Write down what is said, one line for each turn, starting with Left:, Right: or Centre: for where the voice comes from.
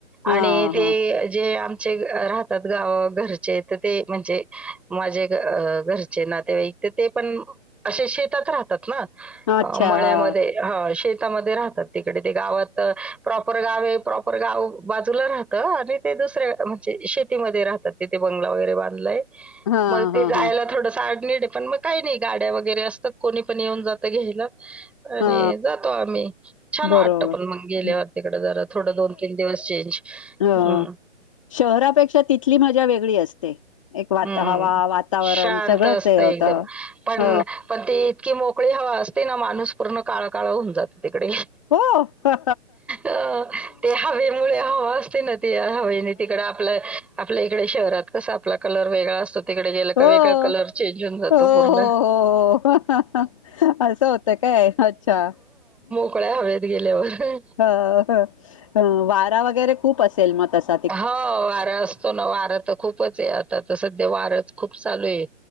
Left: हा
Centre: आणि ते
Left: हा
Centre: जे आम जे राहतात गावा घरचे तर ते म्हणजे माझे घरचे नातेवाईक ते ते पण असे शेतात राहतात ना
Left: अच्छा
Centre: मळ्यामध्ये
Left: हा
Centre: ह शेतामध्ये राहतात तिकडे ते गावात प्रॉपर गावे प्रॉपर गाव बाजूला राहतं आणि ते दुसऱ्या म्हणजे शेतीमध्ये राहतात तिथे बंगला वगैरे बांधलाय
Left: हा
Centre: मग ते
Left: हा
Centre: जायला
Left: हा
Centre: थोडस आड, निड पण मग काही नाही. गाड्या वगैरे असतात. कोणी पण येऊन जातं घ्यायला आणि
Left: हा
Centre: जातो आम्ही. छान वाटतं
Left: बरोबर
Centre: पण
Left: हं.
Centre: मग गेलेवर तकडे जरा थोडं दोन, तीन दिवस चेंज.
Left: अ
Centre: हं,
Left: शहरापेक्षा तिथली मजा वेगळी असते. एक वात
Centre: हं.
Left: हवा वातावरण
Centre: शांत
Left: सगळंच
Centre: असतं
Left: हे होतं.
Centre: एकदम. पण
Left: ह...
Centre: पण ती इतकी मोकळी हवा असते ना, माणूस पूर्ण काळा, काळ होऊन जातो तिकडे.
Left: हो हा
Centre: अ ते हवेमुळे हवा असते ना ती हवेने तिकड. आप आपल्या इकडे शहरात कस आपला कलर वेगळा असतो. तिकडे गेला
Left: हो
Centre: का
Left: हो
Centre: वेगळा कलर चेंज होऊन जातो
Left: हो
Centre: पूर्ण.
Left: हो हो असं होतं काय, अच्छा!
Centre: <inaudible> क हवेत गेल्यावर.
Left: ह वारा वगैरे खूप असेल मग <inaudible> तस
Centre: हा वारा असतो ना वारा तर खूपच आहे. आता तर सध्या वाराच खूप चालू आहे.